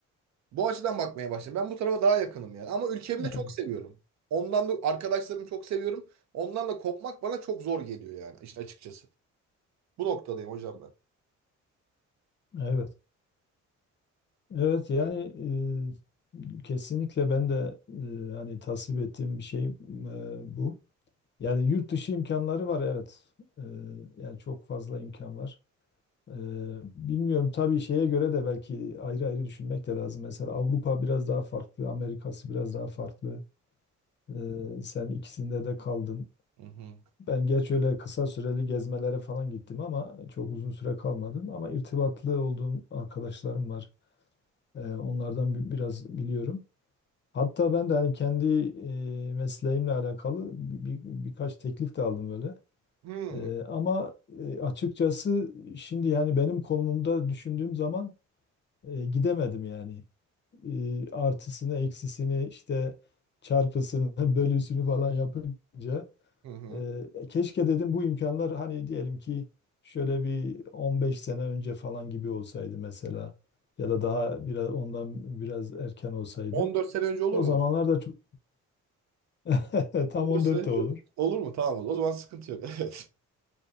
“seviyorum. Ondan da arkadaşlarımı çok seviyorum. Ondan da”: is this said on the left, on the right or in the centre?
Right